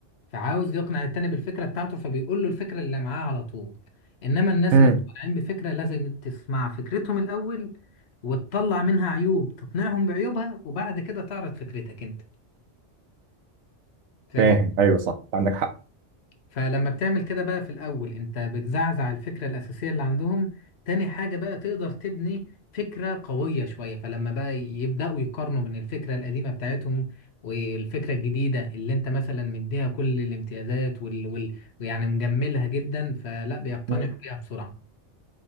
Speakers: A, on the left; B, on the right.
A: فعاوز يقنع التاني بالفكرة بتاعته فبيقول له الفكرة اللي معاه على طول انما الناس
B: امم
A: اللي مقتنعين بفكرة لازم تسمع فكرتهم الاول وتطلع منها عيوب تقنعهم بعيوبها وبعد كده تعرض فكرتك انت فاهم
B: فاهم ايوه صح عندك حق
A: فلما بتعمل كده بقى في الأول أنت بتزعزع الفكرة الأساسية اللي عندهم تاني حاجة بقى تقدر تبني فكرة قوية شوية فلما بقى يبدأوا يقارنوا بين الفكرة القديمة بتاعتهم والفكرة الجديدة اللي أنت مثلا مديها كل الامتيازات وال... وال... ويعني مجملها جدا فلا بيقتنعوا
B: مم.
A: بيها بسرعة